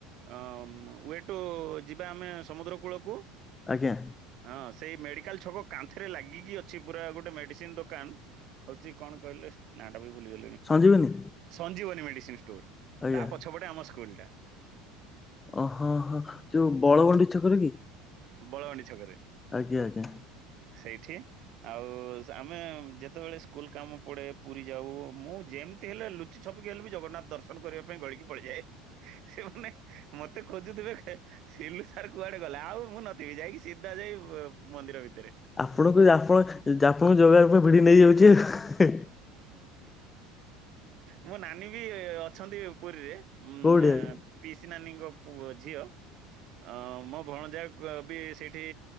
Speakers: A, on the right; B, on the left.
A: ଆଁମ୍ ୱେଟୋ ଯିବା ଆମେ ସମୁଦ୍ର କୂଳକୁ।
B: ଆଜ୍ଞା।
A: ହଁ ସେଇ ମେଡ଼ିକାଲ ଛକ କାନ୍ଥରେ ଲାଗିକି ଅଛି ପୁରା ଗୋଟେ ମେଡ଼ିସିନ ଦୋକାନ। ହଉଛି କଣ କହିଲେ। ନା ଟା ବି ଭୁଲିଗଲିଣି
B: ସଞ୍ଜୀବନୀ
A: ସଞ୍ଜୀବନୀ ମେଡିସିନ ଷ୍ଟୋର
B: ଆଜ୍ଞା।
A: ତା ପଛପଟେ ଆମ ସ୍କୁଲ ଟା।
B: ଓହ ହଁ ଯୋଉ ବଳ ଗଣ୍ଡି ଛକରେ କି?
A: ବଳବଣ୍ଡି ଛକରେ।
B: ଆଜ୍ଞା ଆଜ୍ଞା।
A: ସେଇଠି। ଆଉ ଆମେ ଯେତେବେଳେ ସ୍କୁଲ କାମ ପଡେ ପୁରୀ ଯାଉ ମୁଁ ଯେମିତି ହେଲେ ଲୁ ଚି ଛପିକି ହେଲେ ବି ଜଗନ୍ନାଥ ଦର୍ଶନ କରିବା ପାଇଁ ଗଳିକି ପଳେଇଯାଏ ସେମାନେ। ମତେ ଖୋଜୁଥିବେ ସିଲୁ ସାର୍ କୁଆଡେ ଗଲେ ଆଉ ମୁଁ ନ ଯାଇକି ସିଧା ଯାଇ ମନ୍ଦିର ଭିତେରେ।
B: ଆପଣଙ୍କୁ ଆପଣ ଆପଣଙ୍କୁ ଯୋଗା ପାଇଁ ପଡ଼ି ନେଇ ଯାଉଛେ ହେ
A: ମୋ ନାନୀ ବି ଅଛନ୍ତି ପୁରୀରେ ଉଁ
B: କୋଉଠି ହଁ
A: ପିଇସି ନାନୀଙ୍କ ଝିଅ ଅ ମୋ ଭଣଜା। ବି ସେଇଠି